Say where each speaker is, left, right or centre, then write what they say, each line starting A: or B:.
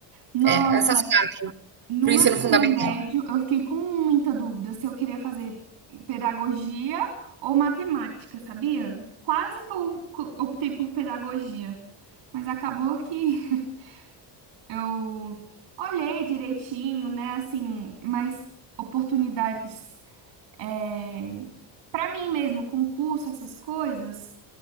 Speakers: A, on the right; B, on the right.
A: Nossa,
B: É, essas coisas
A: No
B: para
A: meu
B: o ensino
A: ensino
B: fundamental.
A: médio, eu fiquei com muita dúvida se eu queria fazer pedagogia ou matemática, sabia? Quase que eu co- optei por pedagogia, mas acabou que <laughs> eu olhei direitinho, né? Assim, mais oportunidades é, para mim mesmo, concurso, essas coisas.